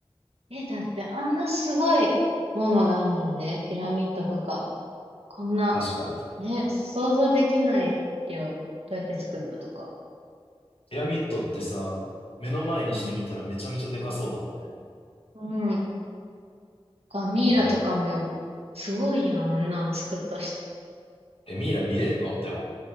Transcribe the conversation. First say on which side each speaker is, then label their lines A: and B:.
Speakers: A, on the right (about 80°); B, on the left (about 70°).
A: え、だってあんなすごいものがあんねんで、ピラミッドとか。こんな、
B: 確かに。
A: ね、想像できないよ。どうやって作ったとか。
B: ピラミッドってさ、目の前にしてみたらめちゃめちゃでかそうだもんね。
A: うん。うん。あミイラとかも、
B: うわ。
A: すごいやん、あんなん作ったし。
B: え、ミイラ見れんのでも、